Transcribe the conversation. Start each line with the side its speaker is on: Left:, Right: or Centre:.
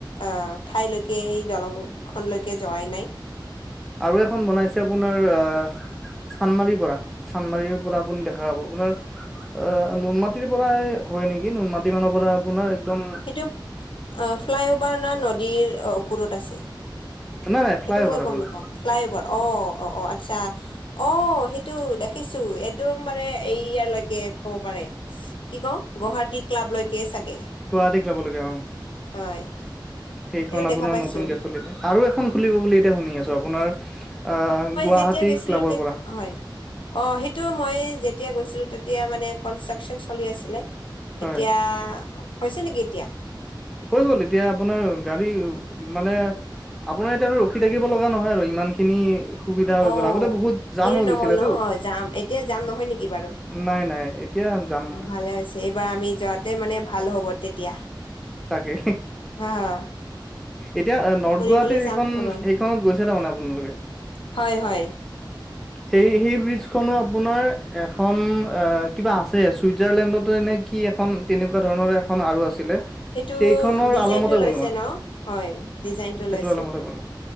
Left: আহ ঠাইলৈকে সেই দলংখনলৈকে যোৱাই নাই।
Centre: আৰু এখন বনাইছে আপোনাৰ আহ চান্দমাৰীৰ পৰা চান্দমাৰীৰ পৰা আপুনি দেখা পাব আপোনাৰ আহ নুনমাটিৰ পৰা হয় নেকি নুনমাটি মানৰ পৰা আপোনাৰ একদম
Left: সেইটো ফ্লাইঅভাৰ ন নদীৰ ওপৰত আছে।
Centre: নাই নাই ফ্লাই
Left: সেইটো
Centre: অভাৰ
Left: মই গম
Centre: আপোনাৰ
Left: নাপাও, ফ্লাই অভাৰ অ'। অ', অ', আচ্ছা অ সেইটো দেখিছো একদম বাৰে এই ইয়ালৈকে ক'ব পাৰে কি ক গুৱাহাটী ক্লাবলৈকে চাগে।
Centre: গুৱাহাটী ক্লাবৰলৈকে অ'।
Left: হয়।
Centre: সেইখন
Left: সেইটো
Centre: আপোনাৰ
Left: দেখা পাইছো
Centre: নতুনকে খুলিলে আৰু এখন খুলিব বুলি এতিয়া শুনি আছো আপোনাৰ আহ গুৱাহাটী
Left: তেতিয়া গৈছিলো
Centre: ক্লাবৰ
Left: তেত
Centre: পৰা
Left: হয় অ সেইটো মই যেতিয়া গৈছিলো তেতিয়া মানে কনষ্ট্ৰাকচন চলি আছিলে
Centre: হয়
Left: এতিয়া হৈছে নেকি এতিয়া
Centre: হৈ গ'ল এতিয়া আপোনাৰ গাড়ী মানে আপোনাৰ এতিয়া আৰু ৰখি থাকিব লগা নহয় আৰু ইমান খিনি সুবিধা হৈ
Left: অ
Centre: গ'ল আগতে বহুত জাম
Left: ভিৰ
Centre: হৈ
Left: নহল
Centre: গৈছিলেতো
Left: ন অ যাম এতিয়া যাম নহয় নেকি বাৰু
Centre: নাই নাই এতিয়া যাম নহয়
Left: অ ভালে হৈছে এইবাৰ আমি যোৱাতে মানে ভাল হব তেতিয়া
Centre: তাকে
Left: হা হা
Centre: এতিয়া নৰ্থ
Left: ফুৰিবলৈ
Centre: গুৱাহাটীৰ সেইখন
Left: যাম আৰু
Centre: সেইখনত গৈছে তাৰমানে আপোনালোকে
Left: হয় হয়
Centre: সেই সেই ব্ৰিজখনো আপোনাৰ এখন অ কিবা আছে চুইজাৰলেণ্ডতো এনে কি এখন তেনেকুৱা ধৰণৰ এখন আৰু আছিলে
Left: টো
Centre: সেইখনৰ
Left: ডিজাইন
Centre: আলমতে
Left: টো লৈছে
Centre: বনোৱা
Left: ন হয় ডিজাইনটো
Centre: সেইটো
Left: লৈছে।
Centre: আলমতে বনোৱা